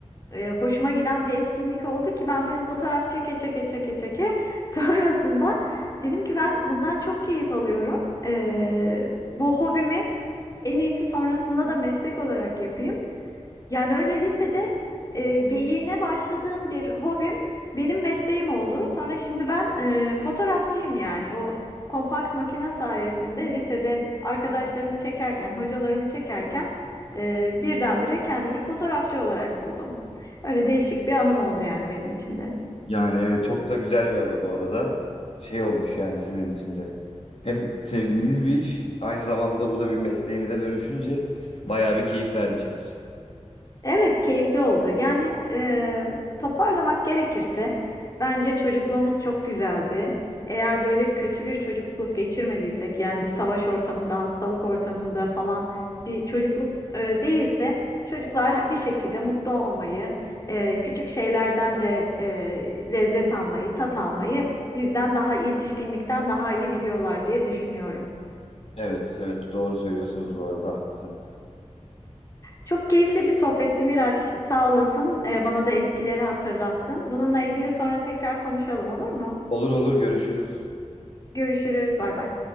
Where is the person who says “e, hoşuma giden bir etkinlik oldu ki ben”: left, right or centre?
Left